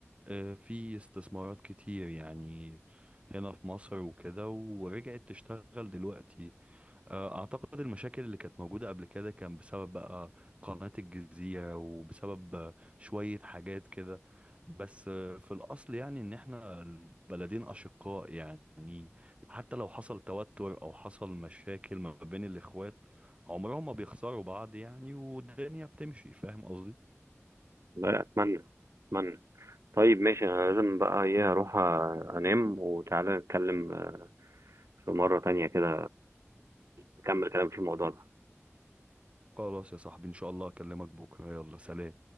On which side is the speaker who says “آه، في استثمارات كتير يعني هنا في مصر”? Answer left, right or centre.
Right